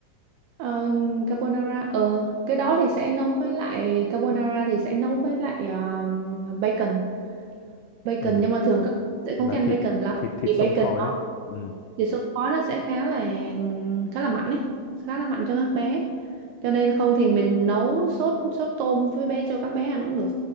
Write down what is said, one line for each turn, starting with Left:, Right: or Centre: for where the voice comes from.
Right: Ờ, carbonara ờ cái đó thì sẽ nấu với lại carbonara thì sẽ nấu với lại um, bacon bacon
Left: ừ
Right: nhưng mà thường các bạn sẽ
Left: là
Right: không thích ăn
Left: thịt
Right: bacon lắm
Left: thịt thịt
Right: vì
Left: sông
Right: bacon
Left: khói
Right: nó
Left: đấy ừ
Right: thì xương khói nó sẽ khá là khá là mạnh ấy khá là mạnh cho các bé cho nên không thì mình nấu sốt sốt tôm với bé cho các bé ăn cũng được